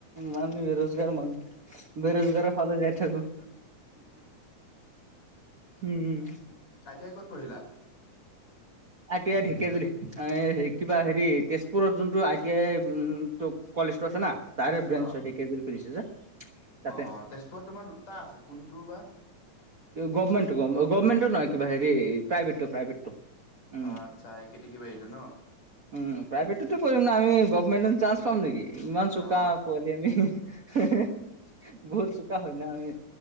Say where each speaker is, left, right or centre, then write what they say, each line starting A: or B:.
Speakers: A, on the right; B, on the left.
A: মানি বেৰোজগাৰ মানুহ। বেৰোজগাৰ ফালে যাই থাকো। হুম
B: আই টা আই ক'ত পঢ়িলা?
A: আই টি আই ঢেকেজুলি কিবা হেৰি তেজপুৰত যোনটো আই টি আই। উম কলেজ টো আছে না তাৰে ব্ৰেঞ্চ
B: অ
A: হয় ঢেকিয়াজুলী খুলিছে যে তাতে।
B: অ অ তেজপুৰত তোমাৰ দুটা আছে কোনটো বা
A: গভমেণ্ট গভমেণ্টটো নহয় কিবা হেৰি প্ৰাইভেটটো প্ৰাইভেটটো। উম
B: অ' আচ্ছা এই কেতেকী বাঢ়ীতো ন?
A: উম প্ৰাইভেটতো কৰিম ন আমি গভৰ্মণ্টে চান্স পাম নেকি? ইমান চোকা
B: অ
A: পোৱালি আমি বহুত চোকা হয় ন আমি